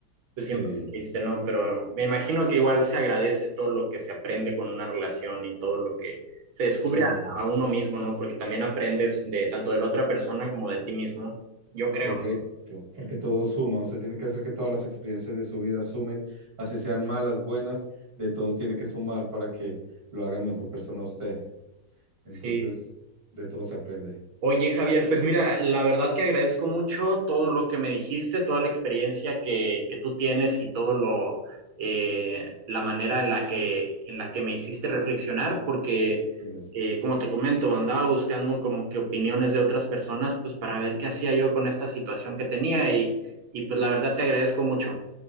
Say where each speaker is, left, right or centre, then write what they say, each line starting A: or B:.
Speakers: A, on the right; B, on the right.
A: pues
B: sí,
A: siempre es triste, ¿no? Pero me imagino que igual se agradece todo lo que se aprende con una relación y todo lo que se descubre
B: claro,
A: a, a uno mismo, ¿no? Porque también aprendes de tanto de la otra persona como de ti mismo, yo creo.
B: correcto.
A: ¿no?
B: Porque todo suma. Usted tiene que hacer que todas las experiencias de su vida sumen, así sean malas, buenas, de todo tiene que sumar para que lo haga mejor persona a usted. Entonces,
A: Sí. sí.
B: de todo se aprende.
A: Oye, Javier, pues mira, la verdad que agradezco mucho todo lo que me dijiste, toda la experiencia que, que tú tienes y todo lo, eh, la manera en la que, en la que me hiciste reflexionar, porque
B: Genial.
A: eh, como te comento, andaba buscando como que opiniones de otras personas, pues para ver qué hacía yo con esta situación que tenía y, y pues la verdad te agradezco mucho.